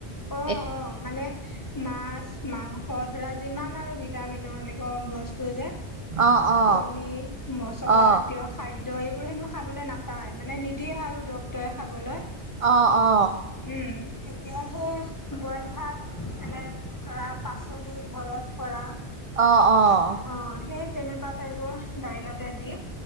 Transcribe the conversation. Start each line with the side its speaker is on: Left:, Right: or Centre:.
Right: নাপাওঁ।
Left: অ' অ' মানে মাছ, মাং স ঘৰত ধৰা যিমান আৰু ভিটামিনৰ এনেকুৱা বস্তু যে
Right: অ অ
Left: কণী, মচলা
Right: অ
Left: জাতীয় খাদ্য এইবোৰ হেনো খাবলৈ নাপায় মানে নিদিয়ে আৰু ডক্টৰে খাবলৈ।
Right: অ অ
Left: উম, এতিয়া <unintelligible> বইল ভাত এনে ধৰা পাচলি ঘৰত কৰা।
Right: অ' অ'
Left: অ' সে তেনেকুৱা টাইপৰ দাইলতে দি